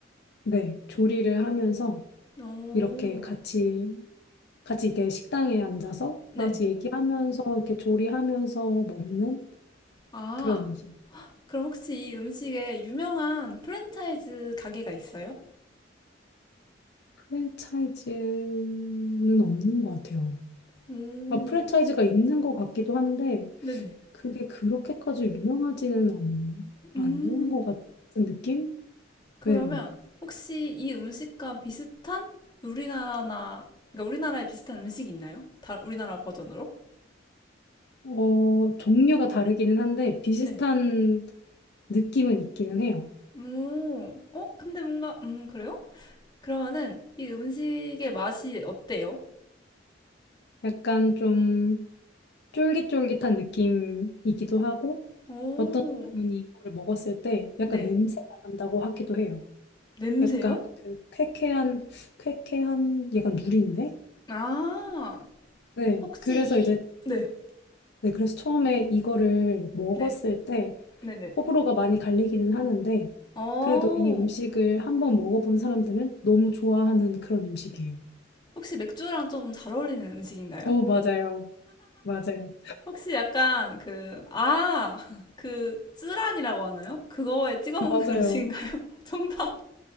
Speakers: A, on the left; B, on the left.
A: 네, 조리를 하면서
B: 오,
A: 이렇게 같이, 같이 이게 식당에 앉아서
B: 네.
A: 다 같이 얘기하면서 이렇게 조리하면서 먹는
B: 아,
A: 그런
B: 그럼 혹시 이 음식에 유명한 프랜차이즈 가게가 있어요?
A: 프랜차이즈는 없는 것 같아요.
B: 오,
A: 아, 프랜차이즈가 있는 것 같기도 한데
B: 네네.
A: 그게 그렇게까지 유명하지는 않, 않는
B: 음.
A: 것 같은 느낌?
B: 그러면
A: 네.
B: 혹시 이 음식과 비슷한 우리나라나, 그러니까 우리나라에 비슷한 음식이 있나요? 다 우리나라 버전으로?
A: 어, 종류가 다르기는 한데 비슷한
B: 네.
A: 느낌은 있기는 해요.
B: 오, 어? 근데 뭔가, 음, 그래요? 그러면은 이 음식의 맛이 어때요?
A: 약간 좀 쫄깃쫄깃한 느낌이기도 하고
B: 오,
A: 어떤 사람은 이거를 먹었을 때 약간
B: 네.
A: 냄새가 난다고 하기도 해요.
B: 냄새요?
A: 약간 그 쾌쾌한 쾌쾌한 약간 누린내?
B: 아,
A: 네,
B: 혹시
A: 그래서
B: 이,
A: 이제,
B: 네,
A: 네, 그래서 처음에 이거를 먹었을
B: 네,
A: 때
B: 네네.
A: 호불호가 많이 갈리기는 하는데,
B: 어,
A: 그래도 이 음식을 한번 먹어본 사람들은 너무 좋아하는 그런 음식이에요.
B: 혹시 맥주랑 좀 잘 어울리는 음식인가요?
A: 어, 맞아요. 맞아요.
B: 혹시 약간 그, 아, 그, 쯔란이라고 하나요? 그거에 찍어
A: 어,
B: 먹는
A: 맞아요.
B: 음식인가요? <laughs> 정답.